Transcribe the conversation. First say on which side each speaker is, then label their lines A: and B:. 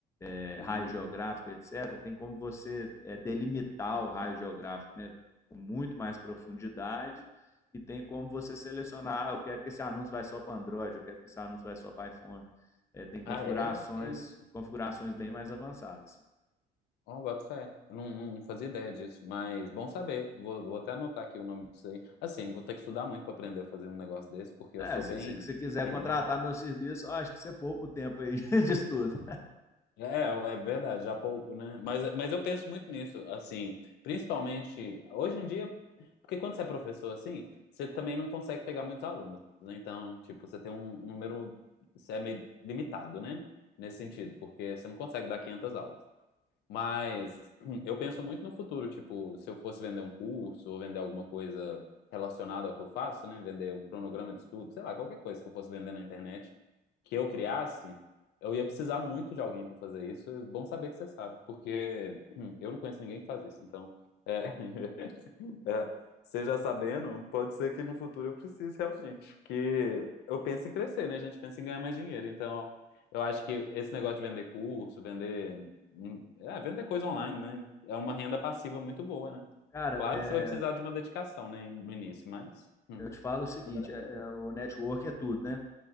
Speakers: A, on the left (about 15°); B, on the left (about 80°).
A: é,
B: uhum.
A: raio geográfico, etc., tem como você é, delimitar o raio geográfico né, com muito mais profundidade e tem como você selecionar, ah, eu quero que esse anúncio vai só para Android, eu quero que esse anúncio vai só para iPhone. É, tem configurações,
B: Ah, é? É isso.
A: configurações bem mais avançadas. Assim.
B: Ó, boto fé. Eu não, não fazia ideia disso, mas bom saber. Vou, vou até anotar aqui o nome disso aí. Assim, vou ter que estudar muito para aprender a fazer um negócio desse, porque
A: É,
B: eu sou
A: se
B: bem,
A: você quiser
B: bem
A: contratar
B: lerdo.
A: meu serviço, ó, acho que você poupa o tempo aí <laughs> de estudo.
B: É, é é verdade, já poupo, né? Mas, mas eu penso muito nisso, assim, principalmente hoje em dia, porque quando você é professor, assim, você também não consegue pegar muitos alunos, né? Então, tipo, você tem um número, você é meio limitado, né? Nesse sentido, porque você não consegue dar 500 aulas. Mas <clears throat> eu penso muito no futuro, tipo, se eu fosse vender um curso ou vender alguma coisa relacionada ao que eu faço, né? Vender um cronograma de estudo, sei lá, qualquer coisa que eu fosse vender na internet que eu criasse, eu ia precisar muito de alguém para fazer isso. É Bom saber que você sabe, porque <clears throat> eu não conheço ninguém que faz isso, então é, <laughs> É, seja sabendo, pode ser que no futuro eu precise realmente. Porque eu penso em crescer, né? A gente pensa em ganhar mais dinheiro. Então, eu acho que esse negócio de vender curso, vender. hum, É, vender coisa online, né? É uma renda passiva muito boa, né?
A: Cara,
B: Claro
A: é,
B: que você vai precisar de uma dedicação, né? No início, mas. hum,
A: eu te falo o seguinte,
B: acho que vale a
A: é,
B: pena.
A: é, o network é tudo, né?